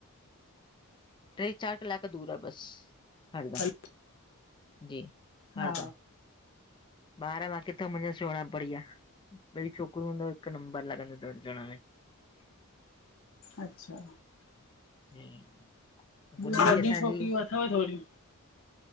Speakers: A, on the left; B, on the left.
A: टे चार कलाक दूर आहे बस हरदा
B: शादी?
A: जी हरदा
B: हा
A: ॿार बाकी अथव मुंहिंजा सोणा बढ़िया ॿिनि छोकिरी हूंदव हिकु नंबर लॻंन <unintelligible> दव हाणे
B: अच्छा
A: ह गुॾी
B: वॾियूं
A: बि असांजी
B: छोकिरियूं अथव थोरियूं?